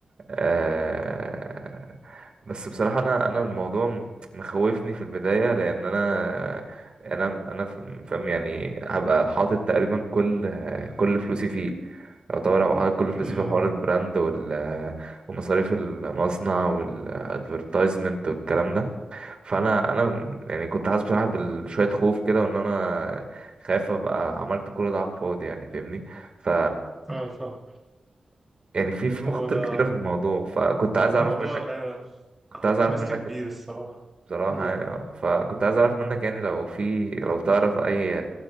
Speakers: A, on the right; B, in the centre.
A: آه بس بصراحة أنا أنا الموضوع م- مخوفني في البداية لأن أنا أنا أنا ف- فاهم يعني هبقى حاطط تقريبا كل كل فلوسي فيه يعتبر هبقى حاطط كل فلوسي
B: امم
A: في حوار البراند وال ومصاريف المصنع والادفرتايزمنت والكلام ده فأنا أنا م- يعني كنت حاسس بصراحة بشوية خوف كده وإن أنا خايف أبقى عملت كل ده على الفاضي يعني فاهمني ف
B: ايوه فاهم
A: يعني في في مخاطر
B: هو ده
A: كتيرة في الموضوع فكنت عايز أعرف
B: موضوع
A: منك
B: ايوه
A: كنت عايز اعرف
B: ريسك
A: منك
B: كبير الصراحه
A: بصراحة
B: قول
A: يعني
B: قول
A: آه. فكنت عايز اعرف منك يعني لو في لو تعرف اي